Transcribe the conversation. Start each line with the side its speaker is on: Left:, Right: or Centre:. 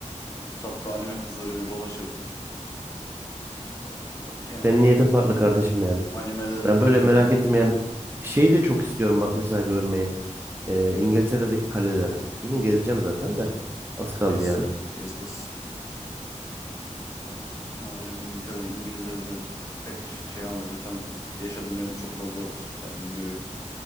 Left: Tatlı anime kızlarıyla dolaşırım. Ee, yani
Right: Senin niyetin farklı kardeşim yani.
Left: animeleri
Right: Ben böyle
Left: görürüm.
Right: merak ettim yani. Şeyi de çok istiyorum bak mesela görmeyi. Ee, İngiltere'deki kaleleri. Bir gün gezeceğim zaten de. Az kaldı
Left: Gez
Right: yani.
Left: gez gez. Ben ne yapacağım İngiltere'de? İngilizleri de pek şey almıyor. Zaten yaşadığım yerde çok fazla var. Her gün görüyorum.